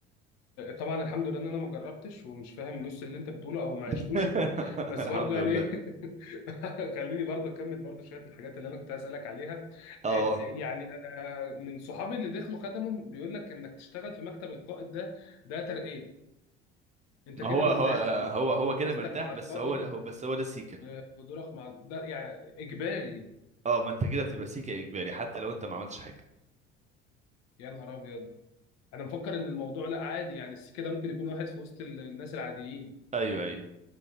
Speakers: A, on the left; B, on the right.
A: طبعا الحمد لله ان انا ما جربتش ومش فاهم نص اللي انت بتقوله او ما عشتوش
B: <laughs>
A: بس
B: الحمد
A: برضو يعني
B: لله
A: <laughs> خليني برضو اكمل برضو شويه الحاجات اللي انا كنت عايز اسالك عليها إيه-
B: اه
A: إيه يعني انا من صحابي اللي دخلوا خدموا بيقول لك انك تشتغل في مكتب القائد ده ده ترقيه انت
B: ما
A: كده
B: هو
A: مرتاح
B: هو
A: انت
B: هو هو
A: اجازتك
B: كده مرتاح
A: مع
B: بس
A: القائد
B: هو هو بس هو ده السيكه
A: وحضورك مع ده يعني اجباري
B: اه ما انت كده بتبقى سيكه اجباري حتى لو انت ما عملتش حاجه
A: يا نهار ابيض انا مفكر ان الموضوع لا عادي يعني السكه ده ممكن يكون واحد في وسط ال- الناس العاديين
B: ايوه ايوه